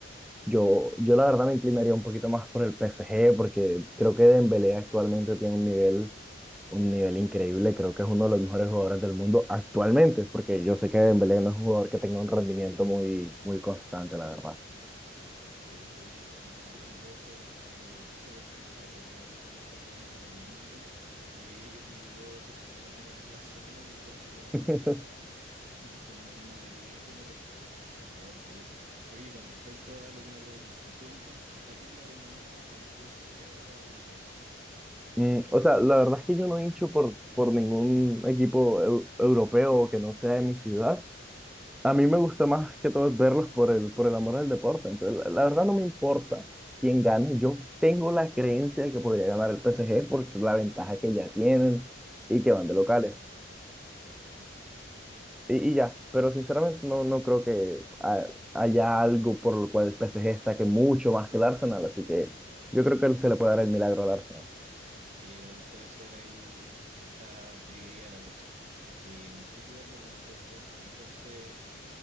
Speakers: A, in the centre; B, on the right.
A: yo, yo la verdad me inclinaría un poquito más por el P S G porque creo que Dembélé actualmente tiene un nivel, un nivel increíble. Creo que es uno de los mejores jugadores del mundo actualmente, porque yo sé que Dembélé no es un jugador que tenga un rendimiento muy, muy constante, la verdad.
B: Sí, oye, <laughs> hablando de eso, me dio risa porque, claro, como tú decías, está jugando súper bien Dembélé y vi un video de su presentación en el <laughs> Barcelona que intenta como hacer
A: <laughs>
B: una, <laughs> como una pirueta y no le sale. Ay, qué risa. Oye, con respecto a lo que me preguntaste, ¿tú quién, a quién le vas mañana? ¿Al PSG o al Arsenal?
A: Mm, o sea, la verdad es que yo no hincho por, por ningún equipo eu- europeo que no sea de mi ciudad, A mí me gusta más que todo verlos por el, por el amor al deporte. Entonces, la, la verdad no me importa quién gane. Yo tengo la creencia de que podría ganar el PSG por la ventaja que ya tienen y que van de
B: Claro.
A: locales.
B: Ujú.
A: Y, y ya, pero sinceramente no, no creo que ha- haya algo por lo cual el PSG destaque mucho más que el Arsenal. Así que yo creo que se le puede dar el milagro al Arsenal.
B: Sí, igual puede ser ahí, está dividida la cosa. Eh, ¿qué te iba a preguntar yo? Entonces,